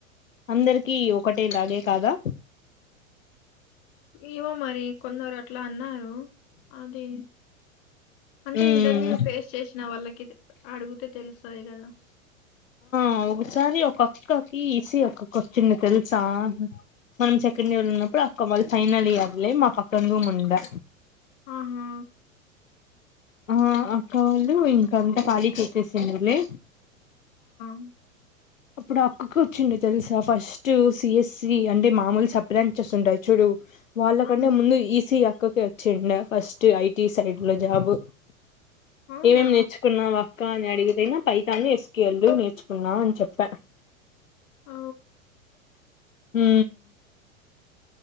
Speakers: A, on the left; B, on the left.
A: అందరికి ఒకటే లాగే కాదా
B: ఏమో మరి కొందరట్లా అన్నారు అది అంటే
A: ఉమ్
B: ఇంటర్వ్యూ ఫేస్ చేసిన వాళ్ళకి అడుగితే తెలుస్తది కదా
A: ఆ ఒకసారి ఒక అక్కకి ఇసి అక్కకి వచ్చింది తెలుస మనం సెకండ్ ఇయర్ లో ఉన్నప్పుడు అక్క వాళ్ళు ఫైనల్ ఇయర్లే మా పక్కన రూమ్ ఉందా
B: ఆహా
A: ఆ అక్క వాళ్ళు ఇంకంతా ఖాళీ చెసేసిళ్ళు లే
B: అ
A: అప్పుడు అక్కకి వచ్చుండే తెలుసా ఫస్ట్ సిఎస్సి అంటే మామూలు సబ్ బ్రాంచెస్ ఉంటాయి చూడు వాళ్ళకంటే
B: అవును
A: ముందు ఈసీ అక్కకి వచ్చుండే ఫస్ట్ ఐటీ సైడ్ లో జాబు
B: అవునా
A: ఏమేం నేర్చుకున్నావ్ అక్క అని అడిగితేనా పైతాన్ ఎస్ పిల్ నేర్ చ్చుకున్నావ్ అని చెప్ప
B: ఆ
A: మ్